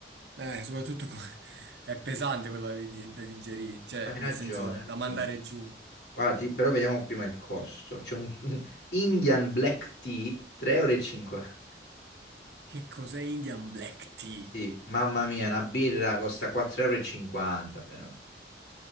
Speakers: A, on the right; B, on the left.
A: Eh, soprattutto <laughs> è pesante quello da, di- da digerire, cioè
B: Hai ragione,
A: nel senso
B: hai ragione.
A: da mandare giù.
B: Guarda, ti- però vediamo prima il costo. C'è un, un Indian Black Tea 3,50 euro. e cinquanta.
A: Che cos'è Indian Black Tea?
B: Sì, mamma mia, una birra costa 4,50 euro e cinquanta però.